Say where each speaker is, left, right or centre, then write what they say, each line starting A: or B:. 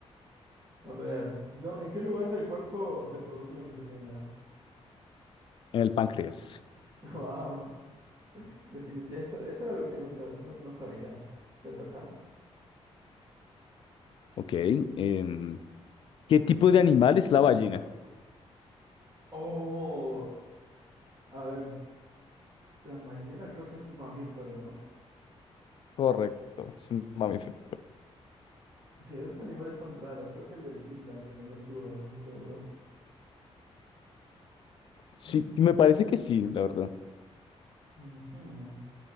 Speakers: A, on the right; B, on the left.
A: a ver, ¿dó- ¿en qué lugar del cuerpo se produce la insulina?
B: En el páncreas,
A: <laughs> Wow, definitivamente eso, eso era algo que nunca, no, no sabía. ¿Te toca?
B: ok. em, ¿qué tipo de animal es la ballena?
A: Oh, a ver, la ballena creo que es mamífero, ¿no?
B: Correcto, es un mamífero.
A: Sí, esos animales son raros, creo que el delfín también y los tiburones, no estoy seguro.
B: Sí,
A: Mm,
B: me parece que sí, la verdad.
A: ujú.